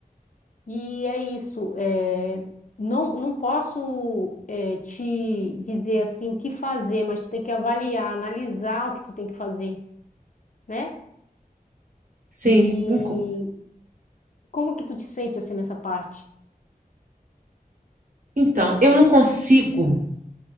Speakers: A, on the left; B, on the right.
A: E é isso. é, não, não posso é, te dizer assim o que fazer, mas tu tem que avaliar, analisar o que tu tem que fazer, né?
B: Sim.
A: E
B: enco-
A: como que tu te sente assim nessa parte?
B: Então, eu não consigo,